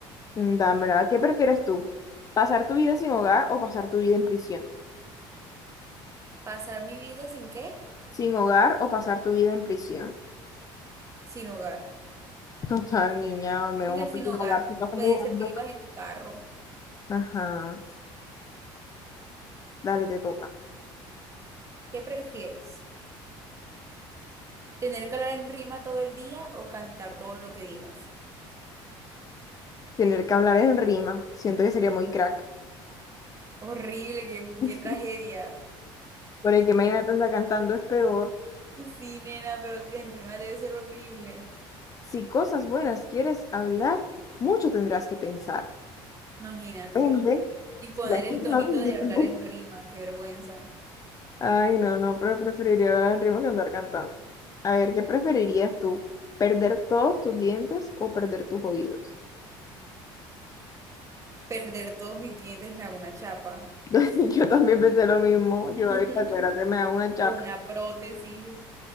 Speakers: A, on the left; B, on the right.
A: Dame, ¿qué prefieres tú? ¿Pasar tu vida sin hogar o pasar tu vida en prisión?
B: Pasar mi vida sin qué?
A: ¿Sin hogar o pasar tu vida en prisión?
B: Sin hogar.
A: <laughs> Total, niña, al menos
B: Porque sin
A: sin
B: hogar
A: hogar se pasa
B: puede
A: mudando.
B: ser que ibas en tu carro.
A: Ajá, dale, te toca.
B: ¿Qué prefieres? Tener que hablar en rima todo el día o cantar todo lo que digas.
A: Tener que hablar en rima, siento que sería muy crack.
B: Horrible, qué,
A: <laughs>
B: qué tragedia.
A: Porque que imaginarla cantando es peor.
B: Sí, nena, pero que en rima debe ser horrible.
A: Si cosas buenas quieres hablar, mucho tendrás que pensar.
B: Imagínate.
A: Depende.
B: Y poner
A: Si la escuchas
B: el tonito
A: no te entiendo.
B: de hablar en rima, qué vergüenza.
A: Ay, no, no, pero preferiría hablar en rima que andar cantando. A ver, ¿qué preferirías tú? ¿Perder todos tus dientes o perder tus oídos?
B: Perder todos mis dientes, me hago una chapa.
A: <laughs> Yo también pensé lo mismo.
B: <laughs>
A: Yo, ahí para gracia me hago una chapa
B: O una prótesis,